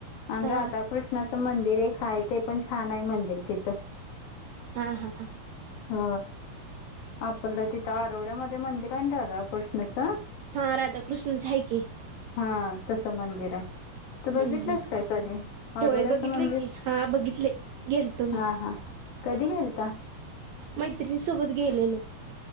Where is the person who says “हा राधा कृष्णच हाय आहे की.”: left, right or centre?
Right